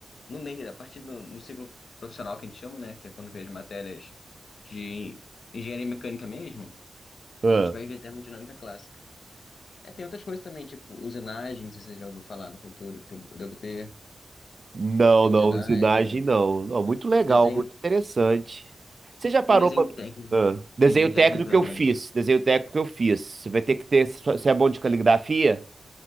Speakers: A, on the left (about 70°); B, on the right (about 35°).
A: no meio, a partir do no ciclo profissional que a gente chama, né? Que é quando vê as matérias de engenharia mecânica mesmo,
B: Ah,
A: a gente vai ver termodinâmica clássica. É, tem outras coisas também, tipo usinagem, não sei se você já ouviu falar no futuro, que eu devo ter.
B: Não,
A: Tem
B: não,
A: usinagem,
B: usinagem não. Não, muito legal,
A: desenho,
B: muito interessante. Você já parou
A: tem desenho
B: para
A: técnico.
B: desenho
A: Tem desenho técnico
B: técnico que
A: também.
B: eu fiz, desenho técnico que eu fiz. Você vai ter que ter, você é bom de caligrafia,